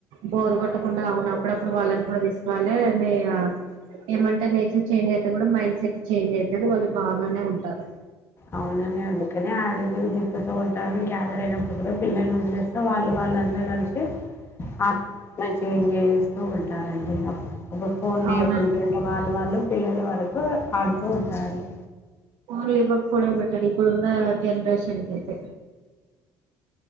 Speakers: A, on the right (about 75°); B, on the left (about 30°).
A: బోరు గొట్టగుండ
B: ఆ
A: అవునప్పుడప్పుడు వాళ్ళని గూడ తీసుకు. వల్లే మీ ఏమంటే నేచర్ చేంజ్ అయితది మన మైండ్ సెట్ చేంజ్ అయితది వాళ్ళు బాగానే ఉంటారు.
B: అవునండి అందుకనే అడుగు దిప్పుతూ ఉంటాని గ్యాదర్ అయినప్పుడు కూడా పిల్లల్ని వదిలేస్తే వాళ్ళు వ. అందరూ కలిసి ఆ మంచిగా ఎంజాయ్ చేస్తూ ఉంటారండి ఒక పోన్లు
A: అవునండి
B: ఇయ్యకుంటుంటే వాళ్ళు. వాళ్ళు పిల్లల వరకు ఆడుతూ ఉంటారండి.
A: ఫోన్లు ఇవ్వకపోవడమే బెటర్ ఇప్పుడున్న జనరేషన్కైతే.